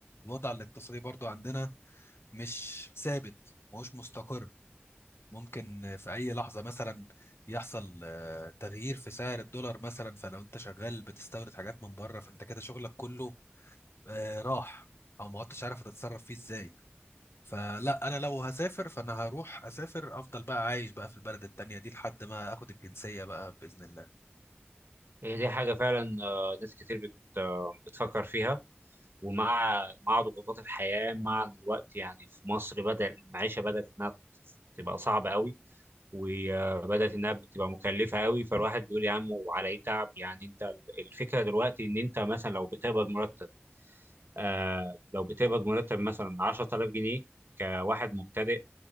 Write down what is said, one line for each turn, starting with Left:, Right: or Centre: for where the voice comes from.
Left: الوضع الاقتصادي برضو عندنا مش ثابت مش مستقر ممكن في أي لحظة مثلا يحصل آه، تغيير في سعر الدولار مثلا فلو أنت شغال بتستورد حاجات من بره فأنت كده شغلك كله آه، راح أو ما عدتش عارف هتتصرف فيه إزاي فلا أنا لو هسافر فأنا هروح أسافر أفضل بقى عايش بقى في البلد التانية دي لحد ما أخد الجنسية بقى بإذن الله
Right: هي دي حاجه فعلا آه، ناس كتير بت- آه، بتفكر فيها ومع مع ضغوطات الحياة مع الوقت يعني في مصر بدأ المعيشة بدأت إنها تبقى صعبة قوي وبدأت إنها تبقى مكلفة قوي فالواحد بيقول يا عم وعلى إيه تعب يعني أنت الفكرة دلوقتي إن أنت مثلا لو بتقبض مرتب آه لو بتقبض مرتب مثلا 10000 جنيه كواحد مبتدئ